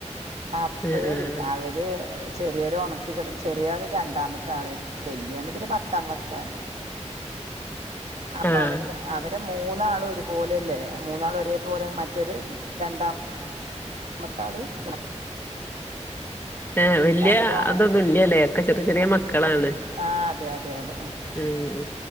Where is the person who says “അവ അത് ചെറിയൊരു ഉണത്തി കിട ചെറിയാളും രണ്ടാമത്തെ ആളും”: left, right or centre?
Right